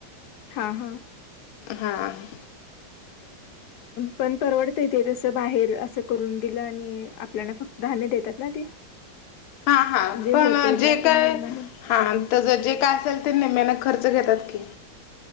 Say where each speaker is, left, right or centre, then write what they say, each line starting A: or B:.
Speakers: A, on the left; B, on the left.
A: हा हा
B: हां
A: पण परवडतय ते तसं बाहेर असं करून दिलं आणि आपल्याला फक्त धान्य देतात ना ते.
B: हा हा
A: जे होतंय
B: जे
A: त्यातून
B: काय
A: निम्म-निम्म
B: हा त्या जे काय असेल ते न मेन खर्च घेतात की.